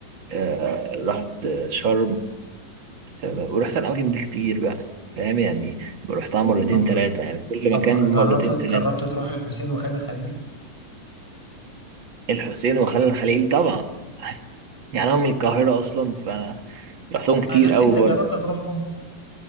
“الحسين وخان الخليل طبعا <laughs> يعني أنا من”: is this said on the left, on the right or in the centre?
Right